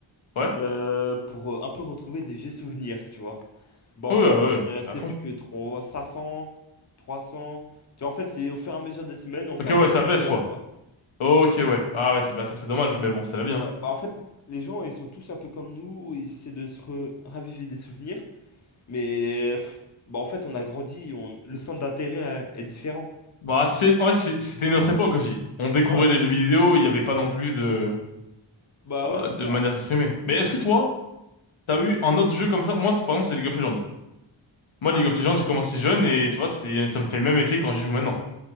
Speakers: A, on the left; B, on the left.
A: Ouais.
B: euh, pour euh, un peu retrouver des vieux souvenirs, tu vois. Bah, en
A: Oui,
B: fait,
A: ouais, ouais,
B: il restait
A: à fond.
B: plus que 3, 500, 300. Tu vois, en fait, c'est au fur et à mesure des semaines, on perdait
A: Ok, ouais, ça
B: 100
A: baisse,
B: joueurs,
A: quoi.
B: quoi.
A: Ok, ouais. Ah ouais, c'est bah ça c'est dommage, mais bon, c'est la vie,
B: Ouais,
A: hein.
B: bah, en fait, les gens, ils sont tous un peu comme nous, ils essaient de se re- raviver des souvenirs, mais pff, bah, en fait, on a grandi, on... le centre d'intérêt euh, est différent.
A: Bah, tu sais, en vrai, c'est- c'était une autre époque aussi. On découvrait
B: Ouais,
A: les jeux vidéo, il n'y avait pas non plus de,
B: bah
A: euh,
B: ouais, c'est
A: de
B: ça.
A: manière de s'exprimer. Mais est-ce que toi, t'as eu un autre jeu comme ça? Moi, c'est, par exemple, c'est League of Legends. Moi,
B: Ah
A: League of Legends, j'ai commencé jeune et tu vois, c'est, ça me fait le même effet
B: non.
A: quand j'y joue maintenant.